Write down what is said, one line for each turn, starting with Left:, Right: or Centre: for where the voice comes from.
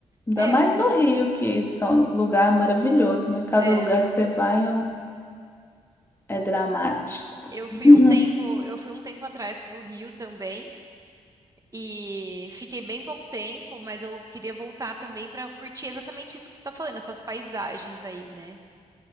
Left: Ainda
Right: É,
Left: mais no Rio, que são lugar maravilhoso, né? Cada
Right: é.
Left: lugar que você vai é, um- é dramático.
Right: Eu fui
Left: Uhum.
Right: um tempo, eu fui um tempo atrás pro Rio também. E fiquei bem pouco tempo, mas eu queria voltar também para curtir exatamente isso que você tá falando, essas paisagens aí, né?